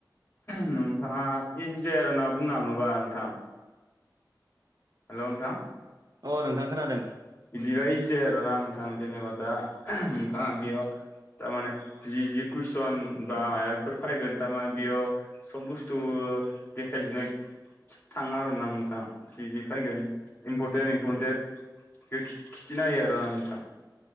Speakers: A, on the left; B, on the right.
A: नोंथाङा इजि जाया आरोना बुंनो थाङोबा नोंथां हेल' नोंथा
B: अ नोंथां खोनादों
A: बिदिबायसै आरो ना नोंथां जेनेबा दा नोंथाङा बेयाव थारमाने जि कुइसन बा माबाफोर फायगोन थारमाने बेयाव सब बुस्थु देखायजोबनो थाङो आरो ना नोंथां जिजि फैगोन इम्परटेन्ट इम्परटेन्ट बे खिथिना होयो आरो नोंथां